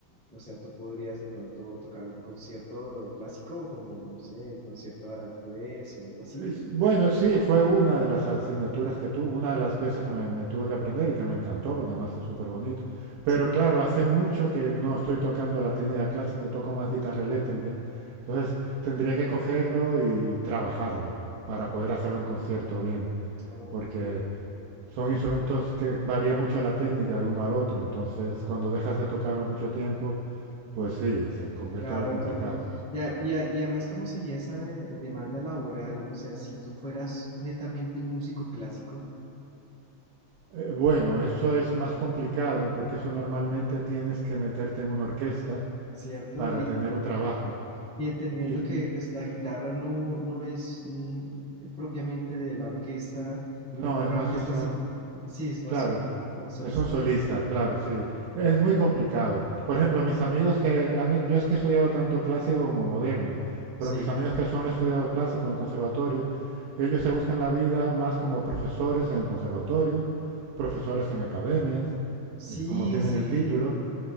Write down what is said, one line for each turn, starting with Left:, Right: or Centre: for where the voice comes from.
Centre: o sea, tú podrías de pronto tocar un concierto clásico como, no sé, el concierto de Aranjuez o algo así.
Right: Es- Bueno, sí, fue una de las asignaturas que tuve, una de las piezas que me, me tuve que aprender y que me encantó porque además es súper bonito. Pero
Centre: Sí.
Right: claro, hace mucho que no estoy tocando la técnica clásica, yo toco más guitarra eléctrica. Entonces tendría que cogerlo y, y trabajarlo para poder hacerlo en concierto bien,
Centre: Ok,
Right: porque son instrumentos que varía mucho la técnica de uno al otro. Entonces, cuando dejas de tocarlo mucho tiempo, pues sí, se convierte
Centre: claro,
Right: en algo complicado.
Centre: Tony. Ya, y, a- y además, ¿cómo sería esa eh, demanda laboral? O sea, si tú fueras netamente un músico clásico,
Right: Eh, bueno, eso es más complicado porque eso normalmente tienes que meterte en una orquesta
Centre: ¿cierto?
Right: para
Centre: Y,
Right: tener un trabajo.
Centre: y entendiendo
Right: Y
Centre: que pues la guitarra no, no es mm, propiamente de la orquesta,
Right: no,
Centre: por ejemplo,
Right: es
Centre: una
Right: más
Centre: orquesta
Right: un instrumento.
Centre: sinfónica, sí, es
Right: Claro,
Centre: más, sol- más solista.
Right: es un solista, claro, sí. Es muy complicado. Por ejemplo, mis amigos que han, yo es que he estudiado tanto clásico como moderno, pero
Centre: Sí.
Right: mis amigos que solo han estudiado clásico en el conservatorio, ellos se buscan la vida más como profesores en el conservatorio, profesores en academias,
Centre: Sí,
Right: eh, como tienen
Centre: sí.
Right: el título.